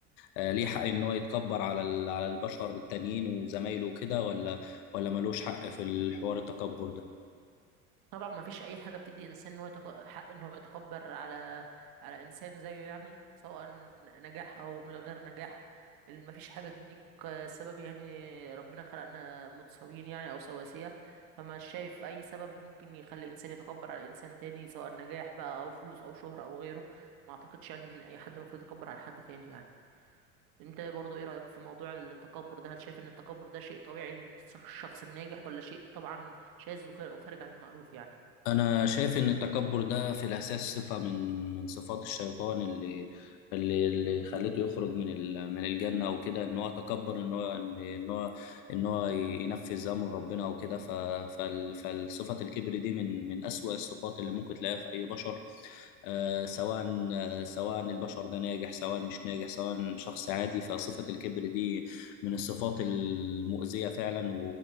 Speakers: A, on the left; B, on the right.
A: آه، آه، ليه حق ان هو يتكبر على ال- على البشر التانيين وزمايله وكده ولا ولا ملوش حق في الحوار التكبر ده
B: طبعا ما فيش اي حاجه بتدي انسان ان هو يتق... حق ان هو يتكبر على على انسان زيه يعني سواء نجاح او من غير نجاح ال- ما فيش حاجه تديك آه، سبب يعني ربنا خلقنا متساويين يعني او سواسيه فما شايف اي سبب ممكن يخلي انسان يتكبر على انسان تاني سواء نجاح بقى او فلوس او شهره او غيره ما اعتقدش يعني ان اي حد المفروض يتكبر على حد تاني يعني انت برضو ايه رايك في موضوع التكبر ده هل شايف ان التكبر ده شيء طبيعي للشخص الناجح ولا شيء طبعا شاذ وخارج وخارج عن المألوف يعني
A: أنا شايف إن التكبر ده في الأساس صفة من من صفات الشيطان اللي اللي اللي خلته يخرج من ال- من الجنة أو كده إن هو تكبر إن هو إن إن هو إن هو ينفذ أمر ربنا أو كده ف- فال- فالصفة الكبر دي من من أسوأ الصفات اللي ممكن تلاقيها في أي بشر آه، سواء آه، سواء البشر ده ناجح سواء مش ناجح سواء شخص عادي فصفة الكبر دي من الصفات المؤذية فعلا